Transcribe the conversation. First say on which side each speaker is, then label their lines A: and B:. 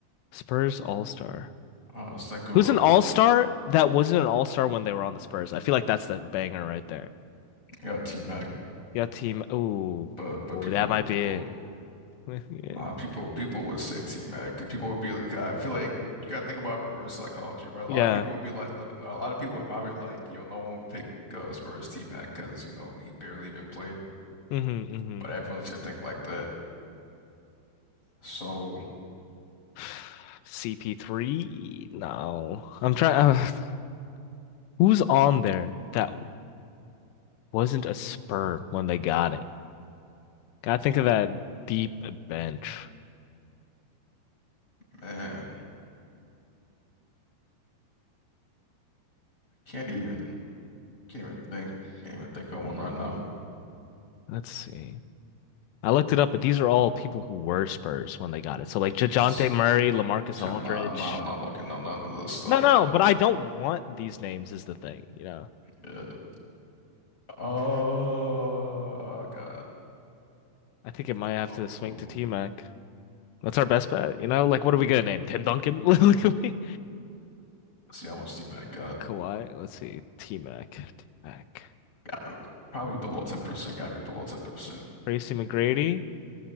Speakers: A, on the left; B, on the left.
A: Spurs All-Star.
B: Uh, let's think of
A: Who's
B: a
A: an All-Star that wasn't an All-Star when they were on the Spurs? I feel like that's the banger right there.
B: yeah T Mac,
A: Yeah, team. Ooh,
B: but but
A: ooh,
B: people
A: that
B: would
A: might be
B: people
A: it. <laughs> Yeah.
B: nah people people would say T Mac. People would be like I feel like you gotta think about reverse psychology, right? A
A: Yeah.
B: lot of people would be like let- a lot of people would probably like yo no one would pick uh, Spurs T Mac because you know he barely even played,
A: Mm-hmm. Mm-hmm.
B: but everyone should think like that. So
A: <sighs> CP3? No. I'm trying. Uh, <laughs> who's on there that wasn't a Spur when they got it? Gotta think of that deep bench.
B: man, can't even can't even think can't even think of one right now.
A: Let's see. I looked it up, but these are all people who were Spurs when they got it. So like Dejounte
B: Shit,
A: Murray, LaMarcus Aldridge.
B: I'm not I'm not I'm not looking up none of this stuff,
A: No, no,
B: man.
A: but I don't want these names is the thing, you know.
B: Yeah. Oh, I got
A: I think it might have
B: no
A: to
B: clue.
A: swing to T-Mac. That's our best bet, you know? Like what are we gonna name? Tim Duncan? <laughs> Look at me.
B: Let's see how much D-Mac got.
A: Kawhi, let's see. T-Mac. T-Mac.
B: Got uh, probably below 10%. Gotta be below 10%.
A: Tracy McGrady